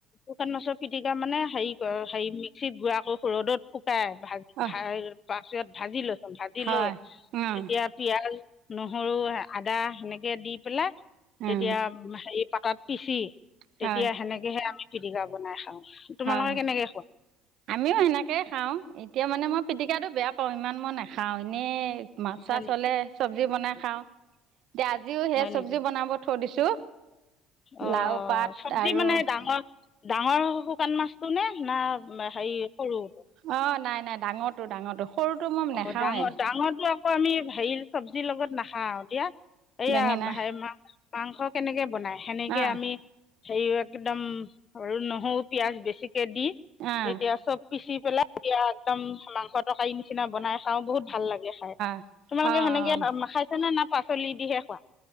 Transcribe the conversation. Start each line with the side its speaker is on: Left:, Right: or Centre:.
Left: শুকান মাছৰ পিটিকা মানে হেই <unintelligible> মিক্সিত গুৰা কই ৰ'দত শুক শুকাই ভাজি
Right: অঁ
Left: <unintelligible> পাছত ভাজি <unintelligible> ভাজি
Right: হয়
Left: লৈ
Right: অঁ
Left: তেতিয়া পিয়াজ, নহৰু, আদা সেনেকে দি পেলা তেতিয়া
Right: অঁ
Left: হেই পাতত পিচি তেতিয়া
Right: হয়
Left: সেনেকেহে আমি পিটিকা বনাই খাওঁ। তোমালোকে
Right: হয়।
Left: কেনেকৈ খোৱা
Right: আমিও সেনেকেই খাওঁ এতিয়া মানে মই পিটিকাটো বেয়া পাওঁ ইমান ম নাখাওঁ এনেই মাছ চাছ
Left: হয় নেকি
Right: হ'লে চব্জি বনাই খাওঁ এতিয়া আজিও সেই
Left: হয়
Right: চব্জি
Left: নেকি
Right: বনাব থ দিছোঁ।
Left: অ',
Right: লাও
Left: অ',
Right: পাত
Left: চবজি
Right: আৰু
Left: মানে ডাঙ ডাঙৰ শুকান মাছটো নে না হেৰি সৰু?
Right: অ', নাই নাই ডাঙৰটো ডাঙটো সৰুটো ম
Left: অ
Right: নেখাওঁৱে
Left: ডাঙৰ ডাঙৰটো অ', আকৌ আমি হেৰি চব্জিৰ লগত নাখাওঁ <unintelligible> এইয়া
Right: বেঙেনা
Left: হেই মাং মাংস কেনেকে বনাই সেনেকেই
Right: অঁ
Left: আমি হেই একদম আৰু নহউ, পিয়াজ বেছিকে দি
Right: অঁ
Left: তেতিয়া চব পিচি পেলাই এতিয়া একদম মাংস তকাই নিচিনা বনাই খাওঁ বহুত ভাল লাগে। হয়।
Right: অঁ
Left: তোমালোকে
Right: অঁ
Left: সেনেকে <unintelligible> খাইছা নে না পাচলি দিহে খোৱাঁ?